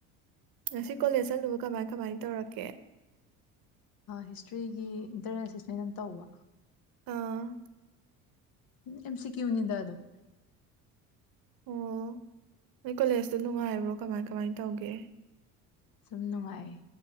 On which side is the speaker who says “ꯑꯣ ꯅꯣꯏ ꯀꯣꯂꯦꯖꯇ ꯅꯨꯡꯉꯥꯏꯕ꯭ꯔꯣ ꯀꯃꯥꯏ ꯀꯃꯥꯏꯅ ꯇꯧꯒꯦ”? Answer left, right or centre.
Right